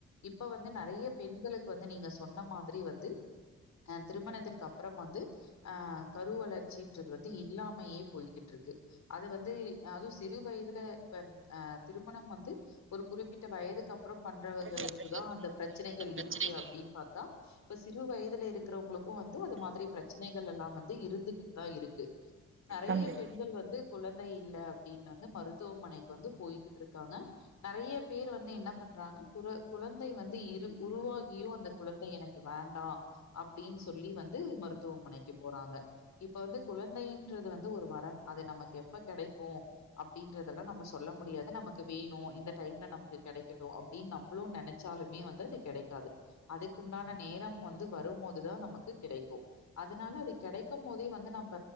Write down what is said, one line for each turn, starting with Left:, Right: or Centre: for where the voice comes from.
Left: இப்ப வந்து நறைய பெண்களுக்கு வந்து நீங்க சொன்ன மாதிரி வந்து அஹ் திருமணத்திற்கு அப்புறம் வந்து ஆ கரு வளர்ச்சின்றது வந்து இல்லாமையே போய்கிட்டு இருக்கு அது வந்து அதுவும் சிறு வயதுல இப்ப ஆ திருமணம் வந்து ஒரு குறிப்பிட்ட வயதுக்கு அப் அப்புறம் பண்றவர்களுக்கு
Right: நெறைய
Left: தான் அந்த பிரச்சனைகள்
Right: பிரச்சனைகள்
Left: இருக்கு அப்படின்னு பார்த்தா இப்ப சிறு வயதுல இருக்கிறவங்களுக்கும் வந்து அது மாதிரி பிரச்சனைகள் எல்லாம் வந்து இருந்துகிட்டுதான் இருக்கு நறைய
Right: கண்டிப்
Left: பெண்கள் வந்து குழந்தை இல்லை அப்படின்னு வந்து மருத்துவமனைக்கு வந்து போய்கிட்டு இருக்காங்க நறைய பேர் வந்து என்ன பண்றாங்க குற குழந்தை வந்து இரு உருவாகியும் அந்த குழந்தை எனக்கு வேண்டாம் அப்படின்னு சொல்லி வந்து மருத்துவமனைக்கு போறாங்க இப்ப வந்து குழந்தைன்றது வந்து ஒரு வரம் அது நமக்கு எப் ப கிடைக்கும் அப்படின்றதெல்லாம் நம்ம சொல்ல முடியாது நமக்கு வேணும் இந்த டைம்ல நமக்கு கிடைக்கட்டும் அப்படின்னு நம்மளும் நினைச்சாலுமே வந்து அது கிடைக்காது அதுக்குண்டான நேரம் வந்து வரும்போதுதான் நமக்கு கிடைக்கும் அதனால அது கிடைக்கும் போதே வந்து நம்ம